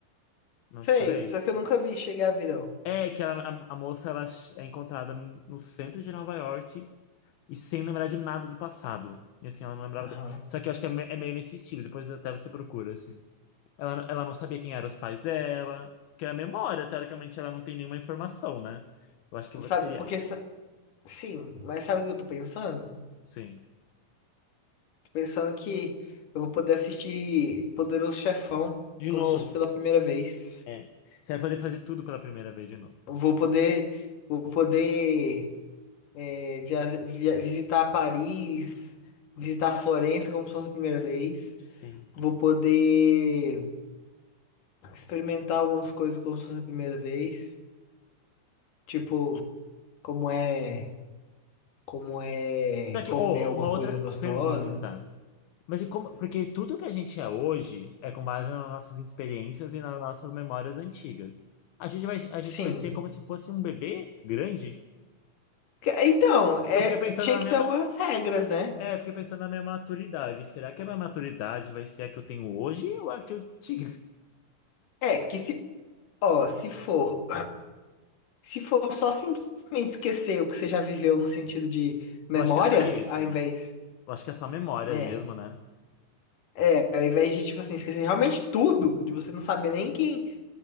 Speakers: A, on the left; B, on the left.
A: Não
B: Sei,
A: te falei?
B: só que eu nunca vi chegar a vida, ó.
A: É que ela- a, a moça ela é encontrada no centro de Nova York e sem lembrar de nada do passado. E assim, ela não lembrava.
B: Aham.
A: do- Só que eu acho que é, me- é meio nesse estilo, depois até você procura, assim. Ela, ela não sabia quem eram os pais dela, porque é a memória, teoricamente, ela não tem nenhuma informação, né? Eu acho que eu
B: Sabe,
A: teria.
B: porque, sa- sim, mas sabe o que eu tô pensando?
A: Sim.
B: pensando que eu vou poder assistir Poderoso Chefão
A: De
B: como
A: novo,
B: se fosse pela primeira vez.
A: é. Você vai poder fazer tudo pela primeira vez de novo.
B: Eu vou poder, vou poder é, via- via- visitar Paris, visitar Florença como se fosse a primeira vez.
A: Sim.
B: Vou poder experimentar algumas coisas como se fosse a primeira vez. Tipo, como é, como é
A: Só que,
B: comer
A: oh,
B: alguma
A: uma outra
B: coisa gostosa.
A: pergunta. Mas e como, porque tudo que a gente é hoje é com base nas nossas experiências e nas nossas memórias antigas. A gente vai, a gente
B: Sim.
A: vai ser como se fosse um bebê grande.
B: Que- Então, é,
A: Porque eu fiquei pensando
B: tinha
A: na
B: que
A: minha,
B: ter
A: ma-
B: algumas regras, né?
A: é, eu fiquei pensando na minha maturidade. Será que a minha maturidade vai ser a que eu tenho hoje ou a que eu tinha? <laughs>
B: É, que se Ó, se for, se for só simplesmente esquecer o que você já viveu no sentido de memórias,
A: Eu acho que é só isso.
B: ao invés,
A: Eu acho que é só memórias
B: é,
A: mesmo, né?
B: é, ao invés de tipo assim esquecer realmente tudo, de você não saber nem quem,